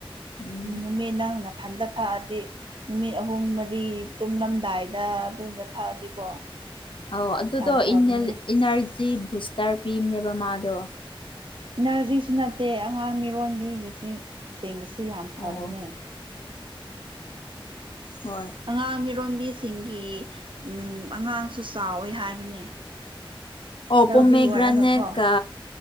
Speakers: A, on the left; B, on the right.
A: ꯎꯝ
B: ꯅꯨꯃꯤꯠ ꯅꯪꯅ ꯏꯊꯟꯗ ꯊꯛꯑꯗꯤ ꯅꯨꯃꯤꯠ ꯑꯍꯨꯝ ꯃꯔꯤ ꯇꯨꯝꯂꯝꯗꯥꯏꯗ ꯑꯗꯨꯒꯨꯝꯕ ꯊꯛꯑꯗꯤꯀꯣ
A: ꯑꯣ ꯑꯗꯨꯗꯣ
B: ꯌꯥꯝ ꯐꯕꯅꯦ
A: ꯏꯅꫪꯖꯤ ꯕꯨꯁꯇ ꯄꯤꯕꯅꯦꯕ ꯃꯥꯗꯣ
B: ꯏꯅꫪꯖꯤꯁꯨ ꯅꯠꯇꯦ ꯑꯉꯥꯡ ꯃꯤꯔꯣꯟꯕꯤꯒꯤ ꯁꯦ ꯁꯦꯡꯗꯁꯨ ꯌꯥꯝ ꯐꯕꯅꯦ
A: ꯑꯣ ꯍꯣꯏ
B: ꯑꯉꯥꯡ ꯃꯤꯔꫭꯟ ꯃꯤꯔꯣꯟꯕꯤꯁꯤꯡꯒꯤ ꯎꯝ ꯑꯉꯥꯡꯁꯨ ꯆꯥꯎꯋꯦ ꯍꯥꯏꯕꯅꯦ
A: ꯑꯣ
B: ꯍꯦꯜꯗꯤ
A: ꯄꯣꯃꯦꯒ꯭ꯔꯥꯅꯦꯠꯀ
B: ꯑꯣꯏꯔꯒꯀꯣ